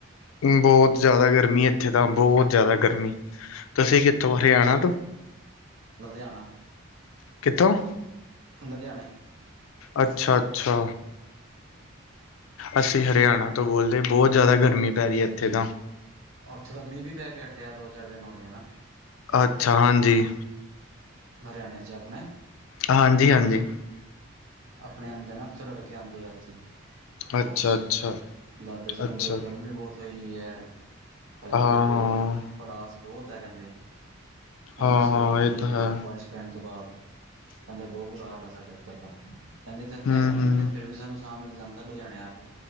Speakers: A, on the left (about 80°); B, on the right (about 70°).
A: ਹੂੰ, ਬੋਤ ਜਾਦਾ ਗਰਮੀ ਇੱਥੇ ਤਾਂ ਬੋਤ ਜਾਦਾ ਗਰਮੀ, ਤੁਸੀਂ ਕਿੱਥੋਂ ਹਰਿਆਣਾ ਤੋਂ।
B: ਲੁਧਿਆਣਾ।
A: ਕਿਥੋਂ?
B: ਲੁਧਿਆਣੇ।
A: ਅੱਛਾ-ਅੱਛਾ। ਅਸੀ ਹਰਿਆਣਾ ਤੋ ਬੋਲਦੇ ਬੋਤ ਜਾਦਾ ਗਰਮੀ ਪੈ ਰਈ ਏਥੇ ਤਾਂ।
B: ਓਥੇ ਤਾਂ ਮੀਂਅ ਵੀ ਪੈ ਕੇ ਹਟਿਆ ਦੋ-ਚਾਰ ਦਿਨ ਹੋਗੇ ਨਾ
A: ਅੱਛਾ, ਹਾਂਜੀ।
B: ਹਰਿਆਣੇ ਚ ਆਪਨੇ।
A: ਹਾਂਜੀ-ਹਾਂਜੀ।
B: ਆਪਣੇ ਆਂਦੇ ਨਾ ਉੱਥੋ ਰੜਕੇ ਆਂਦੇ ਆ ਇੱਥੇ।
A: ਅੱਛਾ
B: ਓਫਿਸ
A: ਅੱਛਾ
B: ਦਸਦੇ ਸੀ ਕੈਂਦੇ
A: ਅੱਛਾ
B: ਗਰਮੀ ਬੋਤ ਹੋਈ ਐ ਭਈਏ
A: ਹਾਂ
B: ਕੈਂਦੇ ਪੜਾਸ ਬੋਤ ਏ ਕੈਂਦੇ। ਹੋਮਸ
A: ਹਾਂ ਹਾਂ ਹਾਂ ਹਾਂ
B: ਹੋਈ ਪਈ
A: ਇਹ ਤਾਂ ਹੈ
B: ਐ ਬਾਰਿਸ਼ ਪੈਣ ਤੋਂ ਬਾਦ ਕੈਂਦੇ ਬੋ ਬੁਰਾ ਹਾਲ ਆ ਸਾਡੇ ਇੱਧਰ ਦਾ। ਕੇਂਦੇ ਤੇ ਇੱਥੇ
A: ਹਮ
B: ਆ ਕੇ
A: ਹਮ
B: ਕੈਂਦੇ ਫਿਰ ਵੀ ਸਾਨੂੰ ਸਾਂ ਮਿਲ ਜਾਂਦਾ ਲੁਧਿਆਣੇ ਆ ਕੇ